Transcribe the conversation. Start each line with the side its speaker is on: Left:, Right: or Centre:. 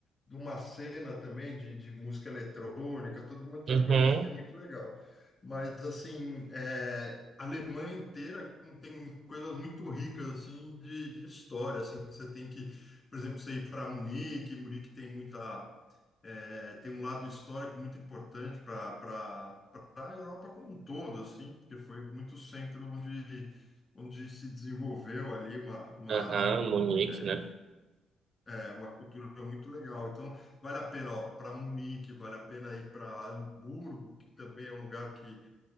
Left: de uma cena também de, de música eletrônica, toda uma outra
Right: Uhum.
Left: coisa assim, que é muito legal. Mas assim, é, a Alemanha inteira tem coisas muito ricas assim de, de história, assim que você tem que, por exemplo, você ir para Munique, Munique tem muita é, tem um lado histórico muito importante para para a Europa como um todo, assim, porque foi muito centro onde, onde se desenvolveu ali uma, uma,
Right: Aham, Munique,
Left: é,
Right: né?
Left: é, uma cultura muito legal. Então, vale a pena ó para Munique, vale a pena ir para Hamburgo, que também é um lugar que